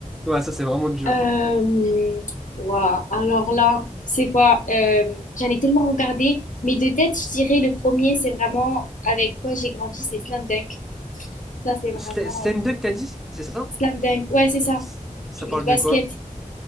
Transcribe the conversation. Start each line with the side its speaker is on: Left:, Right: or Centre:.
Centre: Ouais, ça c'est vraiment dur.
Left: Euh... Waouh. Alors là, c'est quoi? Euh, j'en ai tellement regardé. Mais de tête, je dirais le premier, c'est vraiment avec quoi j'ai grandi, c'est Slam Dunk. Ça, c'est vraiment...
Centre: Sla- Slam Dunk, t'as dit? C'est ça?
Left: Slam Dunk. Ouais, c'est ça.
Centre: S- Ça
Left: Du-
Centre: parle
Left: De basket.
Centre: de quoi?